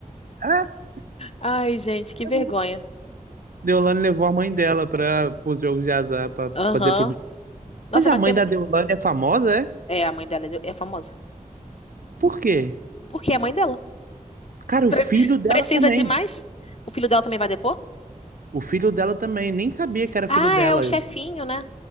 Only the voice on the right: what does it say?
<laughs>
Ah, Deolane levou a mãe dela para os jogos de azar para
fazer publicidade.
Mas a
mãe
da Deolane é famosa, é?
Por quê?
Cara,
o
filho dela
também.
O filho dela também. Nem sabia que era
filho dela.